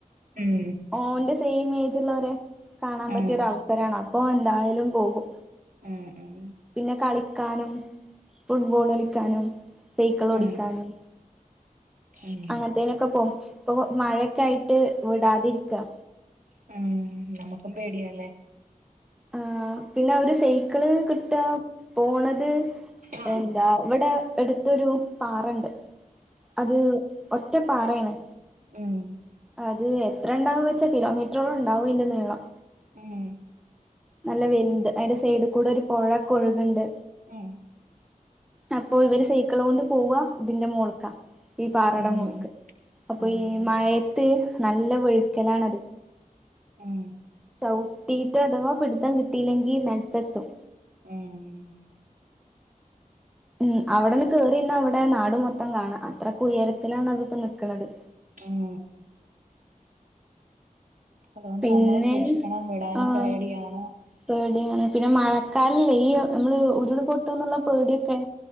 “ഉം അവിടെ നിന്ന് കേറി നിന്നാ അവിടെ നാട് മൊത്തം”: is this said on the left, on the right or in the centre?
Centre